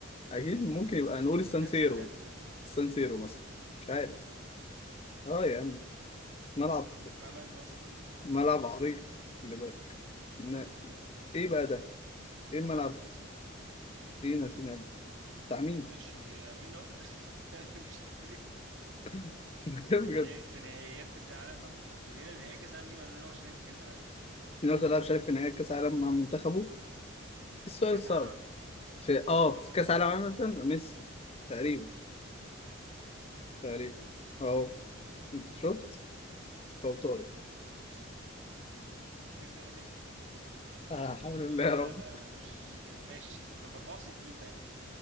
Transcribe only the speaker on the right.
<laughs> نفس الملعب دلوقتي
سان سيرو
سان سيرو ده اتعمل اصلا
ملعب ناسيونال
ماشي مين اكتر <laughs> مش عارف.
في نهاية في نهائيات كاس العالم مع منتخب من هنا نهائي كاس العالم دي معناه ان هو شارك في كاس العالم
في كاس
العالم
يعني
اكتر
بالظبط
لوثر ماتيوس <laughs>
لا
لا لا انا مش ماشي طب 64 بقى يا باشا